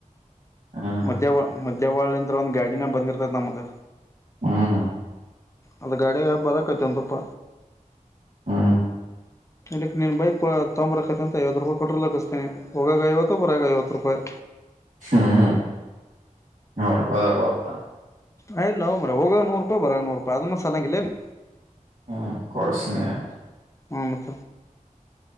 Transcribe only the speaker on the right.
ಹ್ಮ್
ಹ್ಮ
ಹ್ಮ
ಹ್ಮ್ ಹ್ಮ್ ನೂ ರೂಪಾಯಿದ ಬತಾನ
ಹ್ಮ್ ಕೊರಸ ನೀ